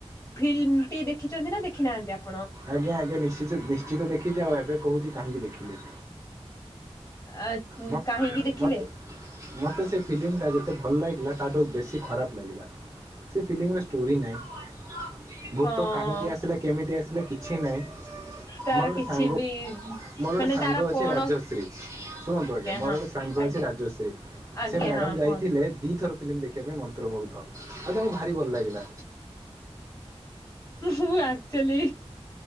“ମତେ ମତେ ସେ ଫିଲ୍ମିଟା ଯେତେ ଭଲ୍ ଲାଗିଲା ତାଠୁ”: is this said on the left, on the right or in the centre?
Right